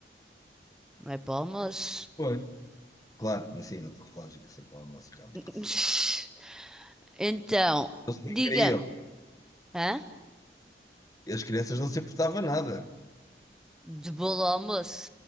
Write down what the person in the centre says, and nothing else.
não é para o almoço.
<laughs> Então,
diga-me,
hã?
De bolo ao almoço?